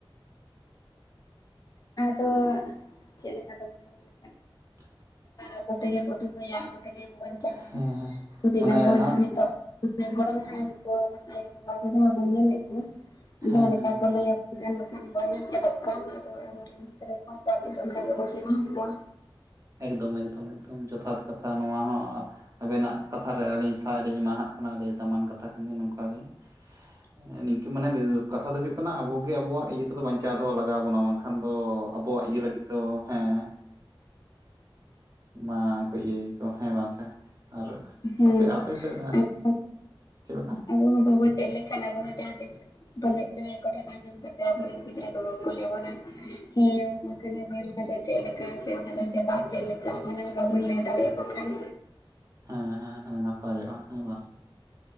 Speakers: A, on the left; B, on the right.
A: ᱟᱫᱚ ᱪᱮᱫ ᱞᱮᱠᱟ ᱞᱮᱠᱟᱛᱮ ᱵᱚᱱ
B: <inaudible>
A: ᱟᱵᱚ ᱛᱮᱜᱮ ᱵᱚ ᱫᱚᱦᱚᱭᱟ ᱟᱵᱚᱛᱜᱮ ᱵᱚ ᱵᱟᱧᱪᱟᱣ-ᱟ
B: ᱦᱮᱸ ᱦᱮᱸ
A: ᱫᱤᱞᱟ
B: ᱢᱟᱱᱮ
A: ᱵᱚᱱ
B: ᱚᱱᱟ
A: ᱱᱤᱛᱚᱜ ᱜᱚᱲᱟᱱ ᱦᱟᱲᱟᱢ ᱠᱚ ᱟᱭᱳᱼᱵᱟᱵᱟ ᱠᱚ ᱡᱟᱦᱟᱸ ᱵᱚᱱ ᱧᱮᱞᱮᱫ ᱠᱚᱣᱟ
B: ᱦᱮᱸ
A: ᱡᱟᱦᱟᱸ ᱞᱮᱠᱟ
B: ᱦᱮᱸ ᱦᱮᱸ
A: ᱠᱚ ᱞᱟᱹᱭᱟ ᱮᱠᱷᱟᱱ ᱵᱟᱠᱷᱟᱱ ᱵᱟᱧ ᱧᱮᱞ ᱪᱮᱫᱚᱜ ᱠᱟᱱ ᱟᱫᱚ ᱟᱵᱚᱨᱮᱱ ᱜᱤᱫᱽᱨᱟᱹ ᱠᱚ ᱫᱤᱥᱚᱢ ᱨᱮᱜᱠᱚ ᱥᱮᱬᱟᱦᱟ ᱠᱚᱣᱟ
B: ᱮᱠᱫᱚᱢᱠᱫᱚᱢ ᱡᱚᱛᱷᱟᱛ ᱠᱟᱛᱷᱟ ᱱᱚᱣᱟ ᱦᱚᱸ ᱟᱵᱮᱱᱟᱜ ᱠᱟᱛᱷᱟ ᱨᱮ ᱟᱹᱞᱤᱧ ᱥᱟᱭ ᱟᱹᱰᱤ ᱮᱢᱟᱦᱟᱜ ᱠᱟᱱᱟ ᱟᱹᱰᱤ ᱫᱟᱢᱟᱱ ᱠᱟᱛᱷᱟ ᱠᱟᱱ ᱜᱮᱭᱟ ᱱᱚᱝᱠᱟ ᱜᱮ ᱢᱟᱱᱮ ᱱᱤᱝᱠᱟᱹ ᱢᱟᱱᱮ ᱠᱟᱛᱷᱟ ᱫᱚ ᱦᱩᱭᱩᱜ ᱠᱟᱱᱟ ᱟᱵᱚᱜᱮ ᱟᱵᱚᱣᱟᱜ ᱤᱭᱟᱹ ᱛᱮᱫᱚ ᱵᱟᱧᱪᱟᱣ ᱫᱚᱦᱚ ᱞᱟᱜᱟᱣ ᱵᱚᱱᱟ ᱵᱟᱝ ᱠᱷᱟᱱ ᱫᱚ ᱟᱵᱚᱣᱟᱜ ᱤᱭᱟᱹ ᱞᱟᱹᱜᱤᱫ ᱫᱚ ᱦᱮᱸ ᱵᱟᱝᱠᱚ ᱤᱭᱟᱹᱠᱚ ᱦᱮᱸ ᱵᱟᱝ ᱥᱮ ᱟᱨ
A: ᱦᱮᱸ
B: ᱟᱯᱮ ᱟᱯᱮᱥᱮᱫ
A: ᱟᱫᱚ
B: ᱪᱮᱫ ᱞᱮᱠᱟ
A: ᱟᱵᱚ ᱦᱚᱸ ᱵᱟᱵᱚ ᱪᱮᱫ ᱞᱮᱠᱷᱟᱱ ᱟᱵᱚ ᱦᱚᱸ ᱡᱟᱦᱟᱸ ᱛᱤᱥ ᱵᱟᱦᱚᱞᱮ ᱡ ᱠᱚᱴᱷᱟ ᱱᱟᱸᱡᱚᱢ ᱠᱟ ᱠᱟᱛᱮ ᱟᱵᱚᱨ <unintelligible> ᱜᱤᱫᱽᱨᱟᱹ ᱠᱚ ᱠᱚᱞᱤ ᱟᱵᱚᱱᱟ ᱦᱮᱸ ᱢᱟᱱᱮ ᱚᱱᱟ ᱫᱚ ᱪᱮᱫ ᱞᱮᱠᱟ ᱥᱮ ᱚᱱᱟ ᱫᱚ ᱪᱮᱫᱟᱜ ᱪᱮᱫ ᱞᱮᱠᱟ ᱢᱟᱱ ᱵᱟᱵᱚᱱ ᱞᱟᱹᱭ ᱫᱟᱲᱮᱭᱟᱠᱚ ᱠᱷᱟᱱ
B: ᱦᱮᱸ ᱦᱮᱸ ᱦᱮᱸ ᱱᱟᱯᱟᱭᱚᱜᱼᱟ ᱦᱮᱸ ᱵᱟ ᱥᱮ